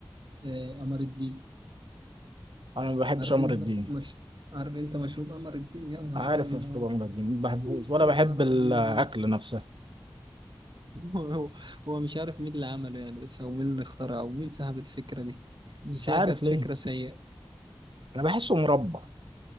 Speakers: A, on the right; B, on the right.
A: آه، قمر الدين
B: انا ما بحبش
A: عارف
B: قمر
A: أنت
B: الدين
A: مش عارف أنت مشروب قمر الدين يا نهار
B: عارف
A: أبيض
B: مشروب قمر الدين ما بحبوش ولا
A: يا
B: بحب
A: نهار
B: الاكل
A: أبيض
B: نفسه
A: هو هو مش عارف مين اللي عمله يعني بس هو مين اللي اخترعه ومين سحب الفكرة دي
B: مش
A: بس
B: عارف
A: هي كانت
B: ليه
A: فكرة سيئة
B: انا بحسه مربى